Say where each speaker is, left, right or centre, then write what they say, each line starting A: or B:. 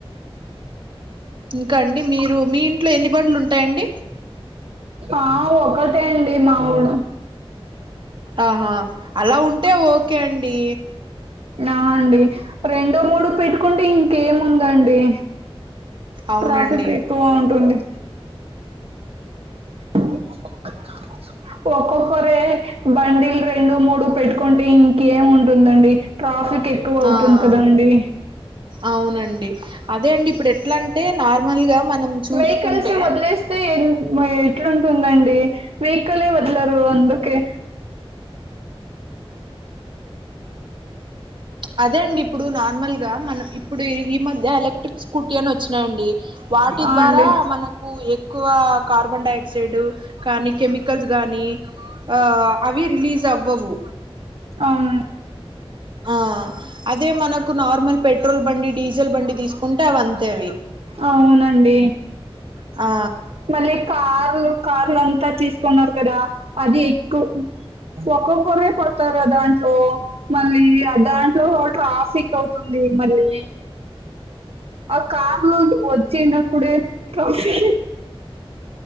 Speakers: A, on the right; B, on the right.
A: ఇంకా అండి మీరు మీ ఇంట్లో ఎన్ని బండ్లు ఉంటాయండి
B: ఆ ఒకటే అండి మాముూల్
A: ఆహా అలా ఉంటే ఒకే అండి.
B: నా అండి రెండు మూడు పెట్టుకుంటే ఇంకేముందండి.
A: అవునండి
B: ట్రాఫిక్ ఎక్కువ ఉంటుంది. <unintelligible> ఒక్కొక్కరే బండిలు రెండు మూడు పెట్టుకుంటే ఇంకేం ఉంటుందండి ట్రాఫీక్ ఎక్కువ అవుతుంది
A: ఆ
B: కదా అండి
A: అవునండి అదే అండి ఇప్పుడు ఎట్ల అంటే నార్మల్ గా మనం చూసుకుంటే
B: వెహికల్స్ వదిలేస్తే ఎన్ మా ఎట్లుంటుందండి వెహికలే వదలరు అందుకే
A: అదే అండి ఇప్పుడు నార్మల్ గా మన ఇప్పుడు ఈ మధ్య ఎలక్ట్రిక్ స్కూటీ అని వచ్చినాయండి. వాటి
B: ఆ
A: ద్వారా
B: అండి
A: మనకు ఎ ఎక్కువ కార్బన్ డైక్సైడ్ కానీ కెమికల్స్ గానీ అ అవి రిలీజ్ అవ్వవు
B: అవును
A: ఆ అదే మనకు నార్మల్ పెట్రోల్ బండి డీజిల్ బండి తీసుకుంటే అవి అంతే అవి
B: అవునండి
A: ఆ
B: మళ్ళీ కార్లు కార్ల అంతా తీసుకున్నారు కదా అది ఎక్కు ఒక్కొక్కరే పోతారా దాంట్లో మళ్ళీ ఆ దాంట్లో ట్రాఫిక్ అవుతుంది మళ్ళీ ఆ కార్ లోను వచ్చనప్పుడే ట్రాపీ